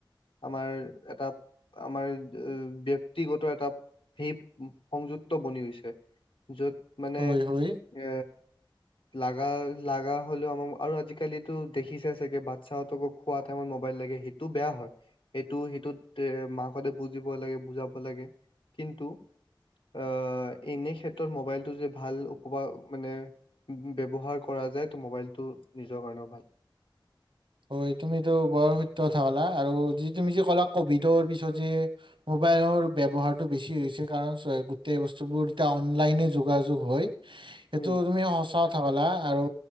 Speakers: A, on the left; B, on the right.
A: আমাৰ এটা আমাৰ ব্যক্তিগত এটা সেই সংযুক্ত বনি গৈছে। য'ত মানে
B: হয় হয়
A: এ লাগা লাগা হ'লেও আমাক আৰু আজিকালিটো দেখিছাই চাগে বাচ্ছাহঁতকো খোৱা টাইমত মবাইল লাগে সেইটো বেয়া হয়, সেইটো সেইটোত মাকহঁতে বুজিব লাগে বুজাব লাগে কিন্তু আ, এনে ক্ষেত্ৰত মোবাইলটো যে, ভাল উপব মানে ব্যৱহাৰ কৰা যায় ত মোবাইলটো নিজৰ কাৰণেও ভাল।
B: হয় তুমিটো বৰ সত্য কথা ক'লা আৰু যি তুমি যে ক'লা কভিডৰ পিছত যে মোবাইলৰ ব্যৱহাৰটো বেছি হৈছে কাৰণ গোটেই বস্তুবোৰ এতিয়া অনলাইনে যোগাযোগ হয়। এইটো
A: উম
B: তুমি সঁচা কথা ক'লা। আৰু